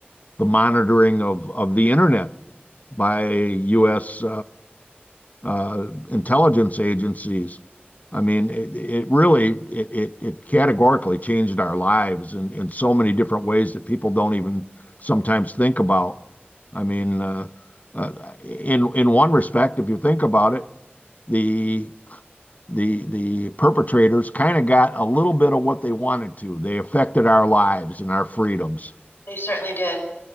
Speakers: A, on the left; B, on the left.
A: the monitoring of of the internet by U.S. intelligence agencies. I mean, it it really it it it categorically changed our lives in in so many different ways that people don't even sometimes think about. I mean, uh, uh, in in one respect, if you think about it, the the the perpetrators kind of got a little bit of what they wanted to. They affected our lives and our freedoms.
B: They certainly did.